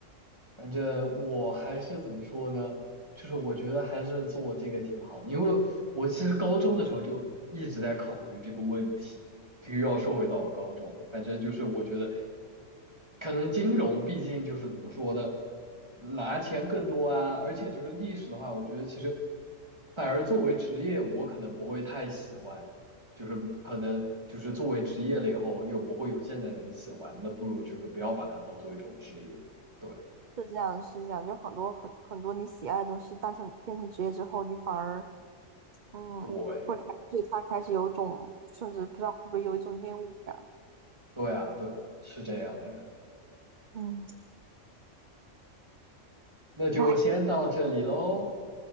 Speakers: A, on the right; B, on the right.
A: 反正我还是怎么说呢？就是我觉得还是做这个挺好的，因为我其实高中的时候就一直在考虑这个问题。这个又要说回到我高中，反正就是我觉得，可能金融毕竟就是怎么说呢，拿钱更多啊，而且就是历史的话，我觉得其实反而作为职业，我可能不会太喜欢，就是可能就是作为职业了以后，又不会有现在那么喜欢，那不如就是不要把它当做一种职业。对。
B: 是这样是这样，就很多很很多你喜爱的东西，当成变成职业之后，你反而嗯会开对他开始有种甚至不知道会不会有一种厌恶感。
A: 对，对啊，对啊，是这样的呀。
B: 嗯，
A: 那就先到这里喽。
B: 哎，